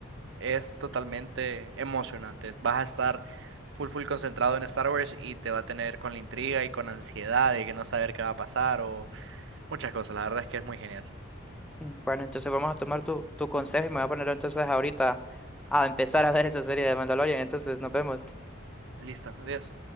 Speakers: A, on the right (about 60°); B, in the centre.
A: Es totalmente emocionante. Vas a estar full full concentrado en Star Wars y te va a tener con la intriga y con ansiedad de que no saber qué va a pasar o muchas cosas. La verdad es que es muy genial.
B: mm, Bueno, entonces vamos a tomar tu, tu consejo y me voy a poner entonces ahorita a empezar a ver esa serie de Mandalorian. Entonces nos vemos.
A: Listo, adiós.